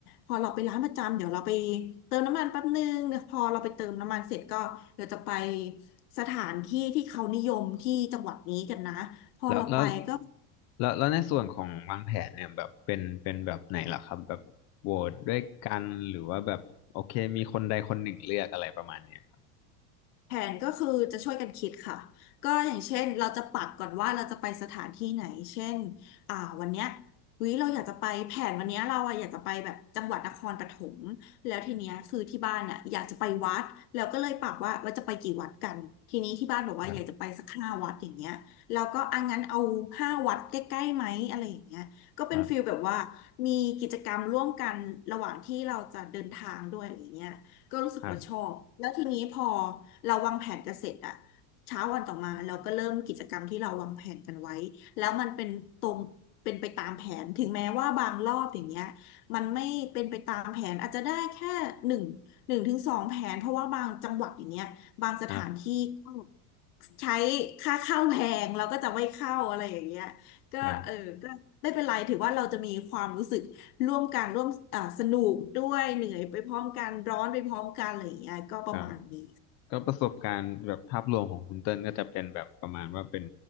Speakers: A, on the left; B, on the left.
A: พอเราไปร้านประจำเดี๋ยวเราไปเติมน้ำมันแป๊บนึงเดี๋ยวพอเราไปเติมน้ำมันเสร็จก็เดี๋ยวจะไปสถานที่ที่เขานิยมที่จังหวัดนี้กันนะพอเราไปก็
B: แล้วแล้วแล้วแล้วในส่วนของวางแผนเนี่ยแบบเป็นเป็นแบบไหนล่ะครับแบบโหวตด้วยกันหรือว่าแบบโอเคมีคนใดคนหนึ่งเลือกอะไรประมาณเนี้ยครับ
A: แผนก็คือจะช่วยกันคิดค่ะก็อย่างเช่นเราจะปักก่อนว่าเราจะไปสถานที่ไหนเช่นอ่าวันเนี้ยเฮ้ยเราอยากจะไปแผนวันเนี้ยเราอะอยากจะไปแบบจังหวัดนครปฐมแล้วทีเนี้ยคือที่บ้านอะอยากจะไปวัดแล้วก็เลยปักว่าว่าจะไปกี่วัดกันทีนี้ที่บ้านบอกว่าอยากจะไปสักห้าวัดอย่างเงี้ยเราก็อ่ะงั้นเอาห้าวัดใกล้ๆไหมอะไรอย่างเงี้ยก็เป็นฟีลแบบว่ามีกิจกรรมร่วมกันระหว่างที่เราจะเดินทางด้วยอะไรเงี้ย
B: ครับค
A: ก็รู้สึกว่าชอบ
B: รับ
A: แล้วทีนี้พอเราวางแผนกันเสร็จอะเช้าวันต่อมาเราก็เริ่มกิจกรรมที่เราวางแผนกันไว้แล้วมันเป็นตรงเป็นไปตามแผนถึงแม้ว่าบางรอบอย่างเงี้ยมันไม่เป็นไปตามแผนอาจจะได้แค่หนึ่งหนึ่งถึงสองแผนเพราะว่าบางจังหวัดอย่างเงี้ยบางสถานที่ก็
B: ครับ
A: ใช้ค่าเข้าแพงเราก็จะไม่เข้าอะไรอย่างเงี้ยก็เออก็ไม่เป็นไรถือว่าเราจะมีความรู้สึก
B: ครับครับ
A: ร่วมกันร่วมอ่าสนุกด้วยเหนื่อยไปพร้อมกันร้อนไปพร้อมกันอะไรอย่างเงี้ยก็ประมาณนี้
B: ครับก็ประสบการณ์แบบภาพรวมของคุณเติ้ลก็จะเป็นแบบประมาณว่าเป็น